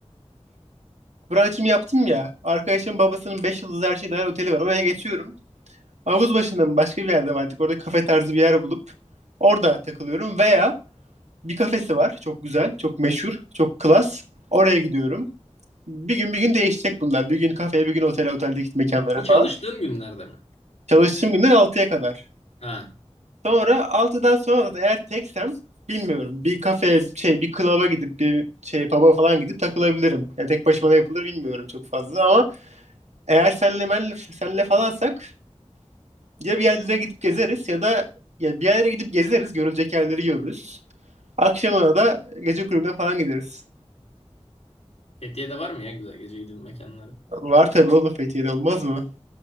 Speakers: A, on the right; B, on the left.
A: brunch'ımı yaptım ya. Arkadaşımın babasının 5 yıldızlı her şey dahil oteli var. Oraya geçiyorum. Havuz başında mı başka bir yerde mi artık orada kafe tarzı bir yer bulup orada takılıyorum veya Bir kafesi var. Çok güzel. Çok meşhur. Çok klas. Oraya gidiyorum. Bir gün bir gün değişecek bunlar. Bir gün kafeye, bir gün otele, oteldeki mekanlara
B: Bu
A: falan.
B: çalıştığın günlerde mi?
A: Çalıştığım günden altıya kadar.
B: Ha,
A: Sonra altıdan sonra da eğer teksem bilmiyorum. Bir kafeye, şey bir klaba gidip bir şey pub'a falan gidip takılabilirim. Yani tek başıma ne yapılır bilmiyorum çok fazla ama eğer senle ben senle falansak ya bir yerlere gidip gezeriz ya da ya bir yerlere gidip gezeriz, görülecek yerleri görürüz. Akşamına da gece kulübüne falan gideriz.
B: Fethiye'de var mı ya güzel gece gidin mekanları?
A: Var tabii oğlum Fethiye'de olmaz mı?